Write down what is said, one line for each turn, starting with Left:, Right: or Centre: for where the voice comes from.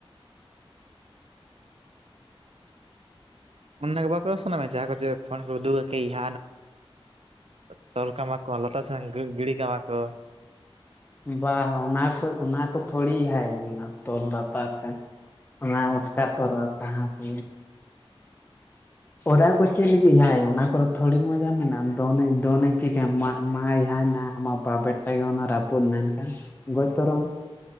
Right: ᱚᱱ ᱜᱮ ᱵᱟᱠᱚᱥ ᱥᱟᱱᱟᱚᱜ ᱢᱮ ᱡᱟᱦᱟᱸ ᱠᱚ ᱪᱮᱫ ᱯᱷᱳ ᱠᱚᱨᱮ ᱩᱫᱩᱠᱭᱟ ᱦ <inaudible> ᱛᱚᱞ ᱠᱟᱢᱟ ᱠᱚ ᱞᱛᱟ ᱥᱮᱱ ᱜᱤᱰᱤ ᱠᱟᱢᱟ ᱠᱚ
Left: ᱵᱟ ᱚᱱᱟ ᱠᱚ ᱚᱱᱟ ᱠᱚ ᱛᱷᱚᱲᱤ ᱦᱟᱭ ᱚᱱᱟ ᱛᱚᱞ ᱞᱟᱛᱟᱨ ᱛᱮ ᱚᱱᱟ ᱚᱥᱠᱟ ᱯᱚᱨᱚᱵ ᱛᱟᱦᱮᱸ ᱛᱟᱹ ᱚᱨᱟ ᱠᱚ ᱪᱮᱫ ᱞᱟᱹᱜᱤᱫ ᱦᱟᱭ ᱚᱱᱟ ᱠᱚᱨᱮ ᱛᱷᱚᱲᱤ ᱢᱚᱸᱡᱽ ᱡᱟ ᱢᱮᱱᱟᱜ-ᱟ ᱫᱚᱱᱟᱧ ᱫᱚᱱᱟᱧ ᱪᱤᱠᱟᱹᱭᱟᱢ ᱢᱟ ᱦᱟᱭᱱᱟ ᱟᱢᱟᱜ ᱵᱟ ᱵᱮᱴᱟ ᱜᱮ ᱚᱱᱟ ᱨᱟᱹᱯᱩᱫ ᱮᱱᱟ ᱮᱱᱠᱷᱟᱱ ᱜᱚᱡ ᱩᱛᱚᱨᱚᱜ-ᱟᱢ